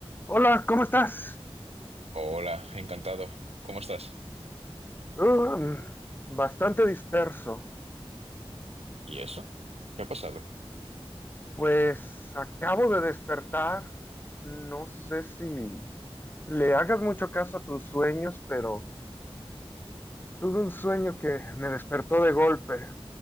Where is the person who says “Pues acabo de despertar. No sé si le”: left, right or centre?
Left